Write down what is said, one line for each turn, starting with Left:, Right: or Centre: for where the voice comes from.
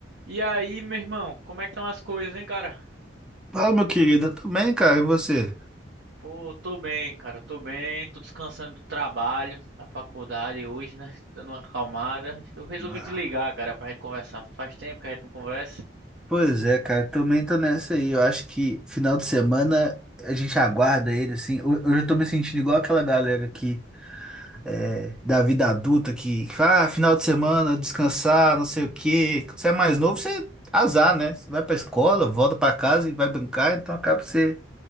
Right: E aí, meu irmão, como é que estão as coisas, hein, cara?
Centre: Fala, meu querido, eu também, cara, e você?
Right: Pô, tô bem, cara, tô bem, tô descansando do trabalho, da faculdade hoje, né? Dando uma acalmada. Eu resolvi
Centre: Ah,
Right: te ligar, cara, pra gente conversar. Faz tempo que a gente não conversa.
Centre: pois é, cara, também tô nessa aí. Eu acho que final de semana a gente aguarda ele, assim. Eu, eu já tô me sentindo igual aquela galera que é, da vida adulta que, ah, final de semana, descansar, não sei o quê. Você é mais novo, você azar, né? Você vai pra escola, volta pra casa e vai brincar, então acaba que você